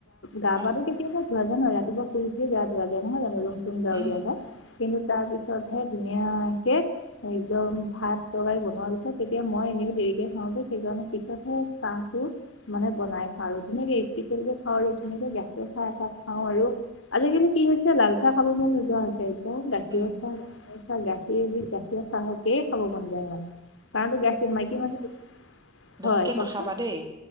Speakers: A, on the left (about 75°); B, on the right (about 20°).
A: গা পা
B: অ
A: ধুই কেতিয়াবা ধোৱা য নয় ৰাতিপুৱ শই উঠে গা ধোৱা যায় নহয় জানো ৰুমুম যা
B: উম
A: উ দা যা কিন্তু তাৰ পিছতহে ধুনীয়াকে হ ভাত তৰকাৰী বনোৱাৰ পিছত তেতিয়া মই এনেও দেৰিকে খাওঁগৈ সেইকাৰণে পিছতহে চাহটো মানে বনাই খাওঁ আৰু ধুনীয়াকে স্পেচিয়েল কেে খাওঁ আৰু ধুনীয়ে গেছে খা এাপ খাওঁ আৰু আজিকালি কি হৈছে লাল চাহ খাব মন নোযোৱা হৈছে গাখীৰ
B: উম
A: চাহাহ গাখ দি গাখীৰ চাহকেই খাব মন যায় মানে কাৰণটো গাখীৰ মাইকী মানহ
B: বেছিকে
A: হয় কওকচোন
B: নাখাবা দেই